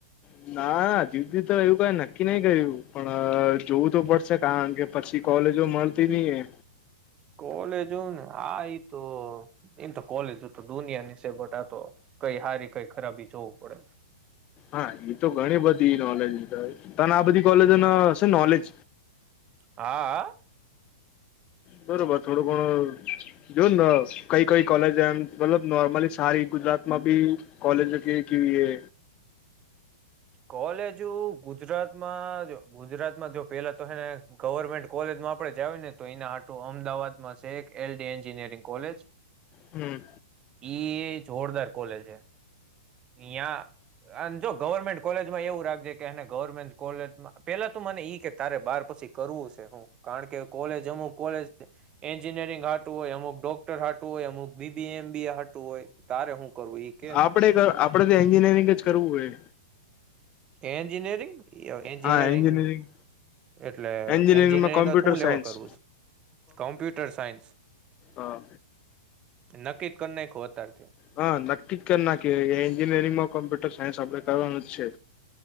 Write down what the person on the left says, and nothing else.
હમ ના જુધદી તો એવું કઈ નક્કી નહી કર્યું પણ જોવું તો પડશે કારણ કે પછી કોલેજો મળતી નહી એ
હા એ તો ઘણી બધી નોલેજ ત આ બધી કોલેજો ન હશે નોલેજ
બરોબર થોડું ઘણ જો ને કઈ કઈ કોલેજ એમ મતલબ નોર્મલી સારી ગુજરાત માં બી કોલેજ કે એ
હમ્મ.
આપડે આપડે તો એન્જિનિયરિંગ જ કરવું હોય
હા એન્જિનિયરિંગ
એન્જિનિયરિંગમાં
કોમ્પ્યુટર
સાયન્સ
હા
હા, નક્કી જ કરી નાખી એન્જિનિયરિંગ માં કોમ્પ્યુટર સાયન્સ આપડે કરવાનું જ છે.